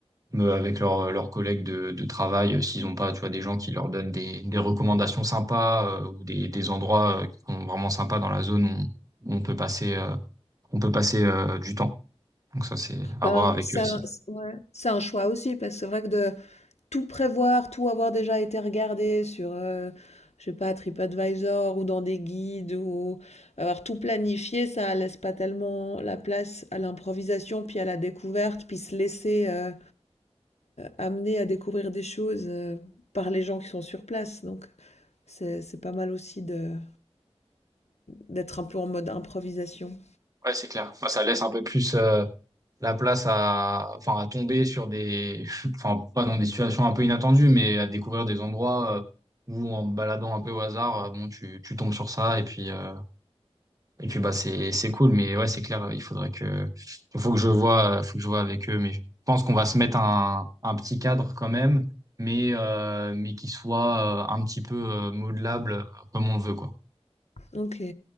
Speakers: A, on the right; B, on the left.
A: euh, avec leurs euh, leurs collègues de, de travail, euh, s'ils n'ont pas, tu vois, des gens qui leur donnent des, des recommandations sympas euh, ou des, des endroits euh, qui sont vraiment sympas dans la zone où, où on peut passer, euh, on peut passer euh, du temps. Donc ça, c'est à
B: Ben,
A: voir avec
B: c'est
A: eux aussi.
B: un c ouais, c'est un choix aussi parce que c'est vrai que de tout prévoir, tout avoir déjà été regardé sur, heu, je sais pas TripAdvisor ou dans des guides ou avoir tout planifié, ça laisse pas tellement la place à l'improvisation, puis à la découverte, puis se laisser, euh, amener à découvrir des choses euh, par les gens qui sont sur place. Donc c'est c'est pas mal aussi de d'être un peu en mode improvisation.
A: Ouais, c'est clair. Enfin, ça laisse un peu plus euh, la place à, enfin, à tomber sur des, <laughs> enfin, pas dans des situations un peu inattendues, mais à découvrir des endroits euh, où en te baladant un peu au hasard, euh, bon, tu, tu tombes sur ça et puis euh, Et puis bah c'est c'est cool, mais ouais, c'est clair, il faudrait que il faut que je vois, faut que je vois avec eux, mais je pense qu'on va se mettre un, un petit cadre quand même, mais euh, mais qui soit euh, un petit peu euh, modelable euh, comme on le veut quoi.
B: Ok.